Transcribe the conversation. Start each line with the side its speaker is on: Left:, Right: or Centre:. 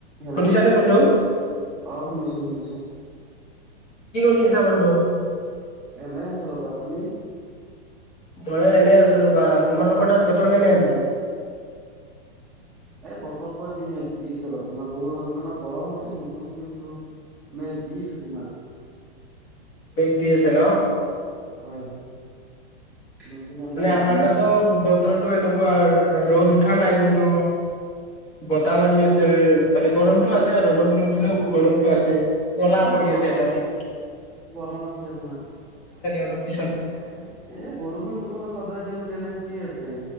Centre: হেল্ল'
Left: শুনিছানে বন্ধু
Centre: আহ, শুনিছো, শুনিছো।
Left: কি কৰি আছা বন্ধু?
Centre: এই নাই আছোৰাবা তুমি?
Left: ময়ো এনেই আছো ৰ'বা তোমালোকৰ তাত বতৰ কেনে আছিল।
Centre: এই বতৰটো আজি মেঘজি আছে অলপ তোমাৰ ৰ তোমাৰ গৰম আছে, কিন্তু, কিন্তু তমাৰ এক জীছ হ, তোমাৰ
Left: মেগ দিয়ছে ন।
Centre: হয় হয় তোমাৰ
Left: মানে
Centre: মেঘ
Left: আমাৰ
Centre: দি
Left: তাতো
Centre: আছে
Left: বতৰৰতো এনেকুৱা ৰ'দ উঠা নাই কিন্তু। বতাহ মাৰি আছে, মানে গৰমতটো আছে আৰু ৰ'দ নুঠিলেও গৰমতটো আছে। কলা
Centre: উম,
Left: কৰি
Centre: গৰম
Left: আছে, এটা চাইদ।
Centre: গৰম আছে, তোমাৰ এ,
Left: অলপ পিছত
Centre: বৰষুণ তোমাৰ। সদায় দেখোন এনেকেই আছে।